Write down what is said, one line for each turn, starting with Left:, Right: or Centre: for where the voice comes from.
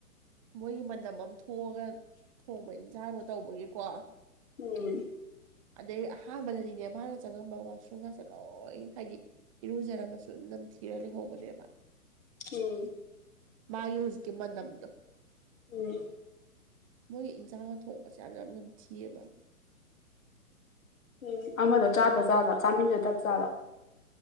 Right: ꯃꯣꯏꯒꯤ ꯃꯅꯝ ꯑꯃ ꯊꯣꯛꯑꯒ ꯊꯣꯡꯕ ꯏꯟꯁꯥꯡꯅꯣ ꯇꯧꯕꯒꯤꯀꯣ꯫
Left: ꯎꯝ
Right: ꯑꯗꯩ ꯑꯍꯥꯟꯕꯗꯗꯤꯅꯦ ꯃꯥꯅ ꯆꯪꯉꯝꯕ ꯋꯥꯁꯔꯨꯝꯒꯁꯦ ꯂꯣꯏ ꯍꯥꯏꯗꯤ꯫ ꯏꯔꯨꯖꯔ ꯃꯁꯨ ꯅꯝ ꯊꯤꯔ ꯂꯩ꯫ ꯍꯧꯕꯅꯦꯕ
Left: ꯎꯝ
Right: ꯃꯥꯒꯤ ꯍꯧꯖꯤꯛꯀꯤ ꯃꯅꯝꯗꯣ꯫
Left: ꯎꯝ꯫
Right: ꯃꯣꯏꯒꯤ ꯏꯟꯁꯥꯡꯅ ꯊꯣꯛꯣꯡꯄꯁꯦ ꯌꯥꯝ ꯌꯥꯝ ꯅꯝꯊꯤꯑꯕ꯫
Left: ꯎꯝ ꯑꯃꯗꯣ ꯆꯥꯗꯖꯠꯂꯣ ꯆꯥꯃꯤꯟꯅꯗꯕ ꯆꯥꯠꯂꯣ꯫